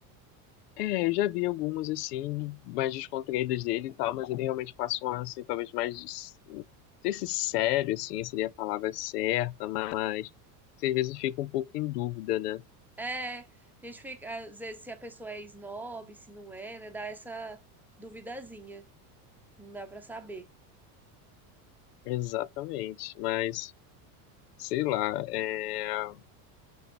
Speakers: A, on the left (about 80°); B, in the centre.
A: É, eu já vi algumas assim, mais descontraídas dele e tal, mas ele realmente passa um ar assim, talvez mais. des- Não sei se sério, assim, seria a palavra certa, mas às vezes fica um pouco em dúvida, né?
B: É, a gente fica, às vezes, se a pessoa é snob, se não é, né? Dá essa duvidazinha. Não dá pra saber.
A: Exatamente, mas sei lá, é,